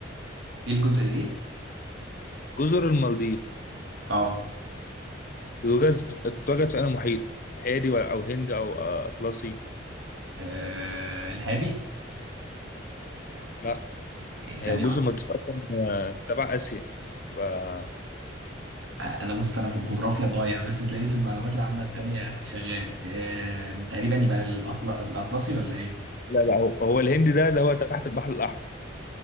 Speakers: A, on the right; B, on the left.
A: ايه الجزء الايه
B: جزر المالديف
A: اه
B: اتوجد اتوجد في انهي محيط هادي ولا- او هند او آه، اطلسي
A: آه الهادي
B: لا
A: إيه، ثانية
B: هي جزر
A: واحدة
B: المالديف اصلا آه، تبع اسيا تبقى
A: آه، أنا بص أنا في الجغرافيا ضايع بس تلاقيه في المعلومات العامة التانية شغال آه تقريبا يبقى الأطل... الأطلسي ولا إيه؟
B: لا لا هو هو الهند ده اللي هو تحت البحر الاحمر